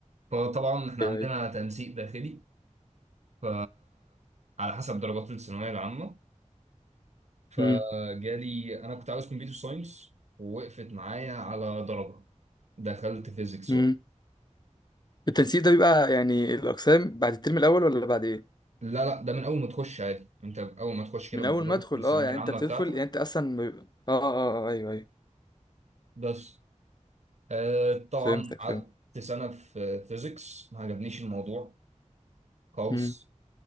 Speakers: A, on the right; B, on the left.
A: فطبعا احنا
B: ايوه
A: عندنا
B: ايوه
A: تنسيق داخلي ف على حسب درجات الثانويه العامه فجالي
B: امم
A: انا كنت عاوز كمبيوتر ساينس ووقفت معايا على درجه دخلت فيزيكس
B: امم
A: بقى
B: التنسيق ده بيبقى يعني الاقسام بعد الترم الاول ولا بعد ايه
A: لا لا ده من اول ما تخش عادي انت اول ما تخش كده
B: من
A: بدرجه
B: اول ما ادخل
A: الثانويه
B: اه يعني
A: العامه
B: انت بتدخل
A: بتاعتك
B: يعني انت اصلا ما بيبقى- اه اه اه ايوه ايوه
A: بس آه طبعا
B: فهمتك
A: قعدت
B: فهمت
A: سنه في فيزيكس ما عجبنيش الموضوع خالص
B: امم